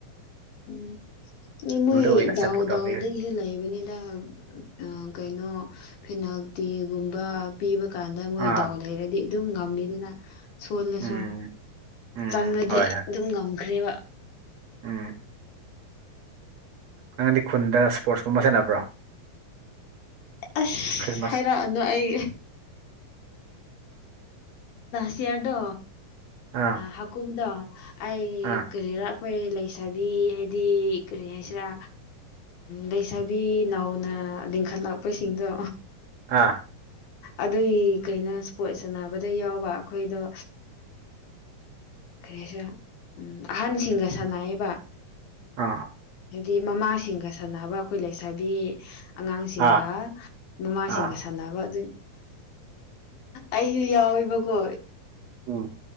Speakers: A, on the left; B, on the right.
A: ꯎꯝ ꯑꯦ ꯃꯣꯏ
B: ꯑꯣꯏꯅ
A: ꯗꯥꯎ
B: ꯁꯞꯄꯣꯔꯠ ꯇꯧꯕꯤꯔ
A: ꯗꯥꯎꯗꯒꯤꯁꯨꯦ ꯂꯩꯕꯅꯤꯗ ꯑ ꯀꯩꯅꯣ ꯑꯗꯨ ꯐꯦꯅꯥꯜꯇꯤꯒꯨꯝꯕ ꯄꯤꯕ ꯀꯥꯟꯗ ꯃꯣꯏ
B: ꯑꯥ
A: ꯗꯥꯎ ꯂꯩꯔꯗꯤ ꯑꯗꯨꯝ ꯉꯝꯃꯤꯗꯅ ꯁꯣꯜꯂꯁꯨ
B: ꯎꯝ ꯎꯝ
A: ꯆꯪꯉꯗꯤ
B: ꯍꯣꯏ ꯍꯣꯏ
A: ꯑꯗꯨꯝ ꯉꯝꯈ꯭ꯔꯦꯕ
B: ꯎꯝ
A: ꯍ <unintelligible>
B: ꯅꯪꯗꯤ ꯈꯨꯟꯗ ꯏꯁꯄꯣꯔꯠꯁꯀꯨꯝꯕ ꯁꯥꯟꯅꯕ꯭ꯔꯣ
A: ꯑꯁ
B: ꯈ꯭ꯔꯤꯁꯃꯥꯁ
A: ꯍꯥꯏꯔꯛꯑꯅꯨ ꯑꯩ ꯁꯤꯌꯥꯗꯣ
B: ꯑꯥ
A: ꯍꯥꯀꯨꯝꯗꯣ ꯑꯩ
B: ꯑꯥ
A: ꯀꯔꯤꯔ ꯑꯩꯈꯣꯏ ꯂꯩꯁꯥꯕꯤ ꯍꯥꯏꯗꯤ ꯀꯔꯤ ꯍꯥꯏꯁꯤꯔꯥ ꯂꯩꯁꯥꯕꯤ ꯅꯧꯅ ꯂꯤꯡꯈꯠꯂꯛꯄꯁꯤꯡꯗꯣ
B: ꯑꯥ
A: ꯑꯗꯨꯒꯤ ꯀꯩꯅꯣ ꯏꯁꯄꯣꯔꯠ ꯁꯥꯟꯅꯕꯗ ꯌꯥꯎꯕ ꯑꯩꯈꯣꯏꯗꯣ ꯀꯔꯤꯁꯤꯔ ꯎ ꯑꯍꯟꯁꯤꯡꯒ ꯁꯥꯟꯅꯑꯕ
B: ꯑꯥ
A: ꯍꯥꯏꯗꯤ ꯃꯃꯥꯁꯤꯡꯒ ꯁꯥꯟꯅꯕ ꯑꯩꯈꯣꯏ ꯂꯩꯁꯥꯕꯤ ꯑꯉꯥꯡꯁꯤꯡꯒ
B: ꯑꯥ
A: ꯃꯃꯥꯁꯤꯡꯒ
B: ꯑꯥ
A: ꯁꯥꯟꯅꯕ ꯑꯗꯨ ꯑꯩꯁꯨ ꯌꯥꯎꯋꯦꯕꯀꯣ
B: ꯎꯝ